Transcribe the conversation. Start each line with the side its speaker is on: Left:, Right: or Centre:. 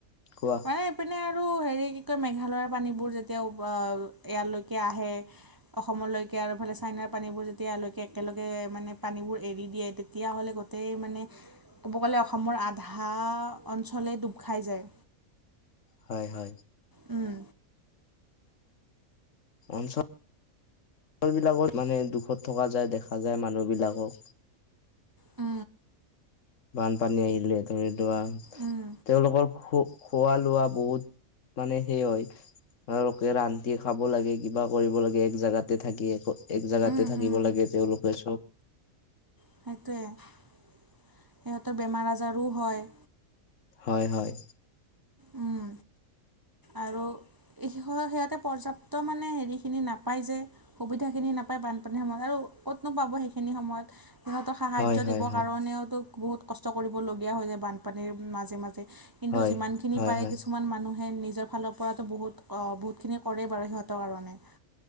Left: কোৱা,
Right: মানে এইপিনে আৰু হেৰি কি কয় মেঘালয়ৰ পানীবোৰ যেতিয়া উবাল ইয়ালৈকে আহে। অসমলৈকে আৰু এইফালে চাইনাৰ পানীবোৰ যেতিয়া একেলগে মানে পানীবোৰ এৰি দিয়ে, তেতিয়াহ'লে গোটেই মানে ক'ব গ'লে অসমৰ আধা অঞ্চলেই ডুব খাই যায়
Left: হয় হয়।
Right: উম।
Left: অঞ্চল বিলাকত মানে দুখত থকা যায় দেখা যায় মানুহ বিলাকক।
Right: অ
Left: বানপানী আহিলে ধৰি লোৱা
Right: উম,
Left: তেওঁলোকৰ শোক খোৱা লোৱা বহুত মানে সেই হয়। ধৰা লোকে ৰান্ধি খাব লাগে কিবা কৰিব লাগে এক জাগাতে থাকি একো এক জাগাতে
Right: উম,
Left: থাকিব
Right: উম,
Left: লাগে তেওঁলোকে চব।
Right: সেইটোৱে সিহঁতৰ বেমাৰ আজাৰো হয়।
Left: হয়, হয়।
Right: উম। আৰু সিহঁতে পৰ্যাপ্ত মানে হেৰিখিনি নাপায় যে, সুবিধাখিনি নাপায়। নাপায় বানপানীৰ সময়ত আৰু কতনো পাব সেইখিনি সময়ত। সিহঁতক
Left: হয়
Right: সাহাৰ্য
Left: হয়
Right: দিবৰ
Left: হয়
Right: কাৰণেওতো বহুত কষ্ট কৰিবলগীয়া হৈ যায় বানপানীৰ মাজে মাজে। কিন্তু
Left: হয়
Right: যিমান খিনি
Left: হয়
Right: পাৰে
Left: হয়
Right: কিছুমান মানুহে নিজ জৰ ফালৰ পৰা বহুত বহুতখিনি কৰেই বাৰু সিহঁতৰ কাৰণে।